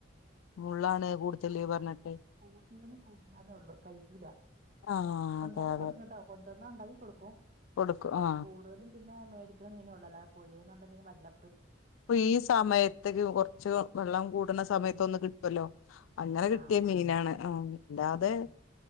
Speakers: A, on the left; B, on the right.
A: മുള്ളാണ്
B: ആ
A: കൂടുതല്
B: അതുകൊണ്ട്
A: പറഞ്ഞിട്ട്
B: ഞാൻ കൂട്ടൂലെ കൂട്ടന്നേ ഉള്ളു കഴികുല
A: ആഹ് അതെ
B: ഉണ്ടാക്കി
A: അതെ
B: കൊടുക്കട്ടാ കൊണ്ടുവന്ന ഉണ്ടാക്കി കൊടുക്കും.
A: കൊടുക്കും ആ
B: കൂടുതലും പിന്നെ മേടിക്കുന്ന മീന ഉള്ളല്ല പുഴന്നല്ല മീൻ വല്ല.
A: അപ്പ ഈ സമയത്തക്ക് കൊറച്ച് വെള്ളം കൂടുന്ന സമയത്തൊന്ന് കിട്ടുമല്ലോ? അങ്ങനെ കിട്ടിയ
B: ആഹ്
A: മീനാണ് ആ ഇല്ലാതെ
B: ഉം